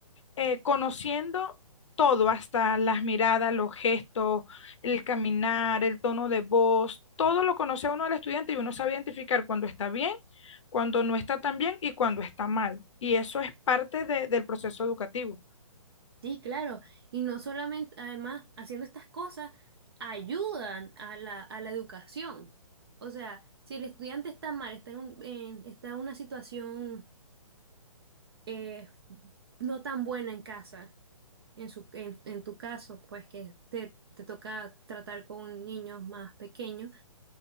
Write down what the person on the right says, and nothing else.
sí, claro. Y no solamente, además, haciendo estas cosas, ayudan a la, a la educación. O sea, si el estudiante está mal, está en, un- en- está en una situación eh, no tan buena en casa. En su, en, en tu caso, pues que te, te toca tratar con niños más pequeños,